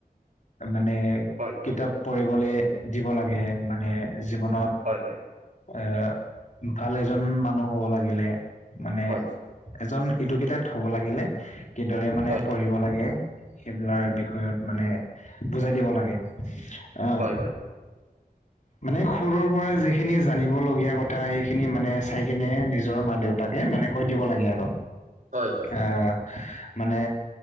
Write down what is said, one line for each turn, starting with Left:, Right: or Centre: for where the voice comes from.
Left: মানে
Right: হয়।
Left: কিতাপ পঢ়িবলৈ দিব লাগে মানে জীৱনত
Right: হয় হয়।
Left: এ ভাল এজন মানুহ হ'ব লাগিলে মানে
Right: হয়,
Left: এজন এডুকেটেড হ'ব লাগিলে কিদৰে মানে
Right: হয়,
Left: পঢ়িব লাগে সেইবিলাৰ বিষয়ে মানে বুজাই দিব লাগে। আহ
Right: হয়, হয়, হয়,
Left: মানে সৰুৰ পৰা যিখিনি জানিব লগীয়া কথা সেইখিনি মানে চাই কিনে নিজ নিজৰ মাক দেউতাকে মানে কৈ দিব লাগে আৰু।
Right: হয়, হয়,
Left: আ
Right: হয়, হয়, হয়, হয়, হয়, হয়, হয়, হয়, হয়,
Left: মানে